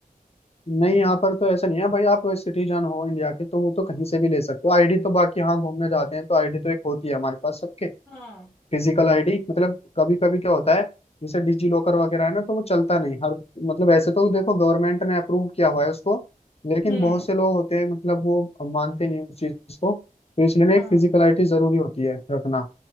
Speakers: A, on the left (about 45°); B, in the centre.
A: नहीं यहाँ पर तो ऐसा नहीं है भाई आप सिटीजन हो इंडिया के तो वो तो कहीं से भी ले सकते हो आईडी तो बाकी हाँ घूमने जाते हैं तो आईडी तो एक होती है हमारे पास सबके
B: हाँ
A: फिजिकल आईडी मतलब कभी कभी क्या होता है जैसे डिजी लॉकर वगैरह है ना तो वो चलता नहीं हर मतलब ऐसे तो देखो गवर्नमेंट ने अप्रूव किया हुआ है उसको लेकिन
B: हम्म
A: बहुत से लोग होते हैं मतलब वो मानते नहीं उस चीज को तो इसलिए ना एक
B: हाँ
A: फिजिकल आईडी जरूरी होती है रखना